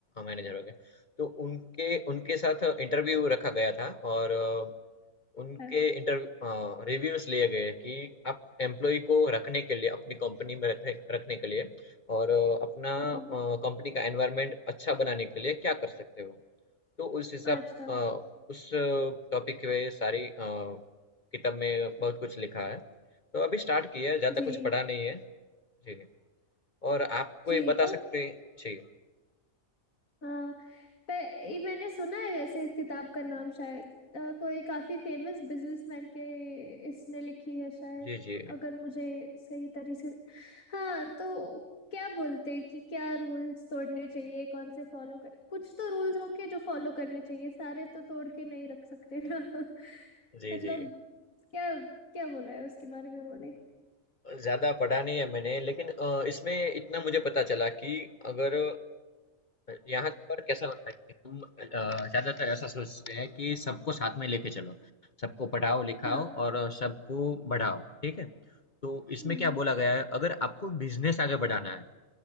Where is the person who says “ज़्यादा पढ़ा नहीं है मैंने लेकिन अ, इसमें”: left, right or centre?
Left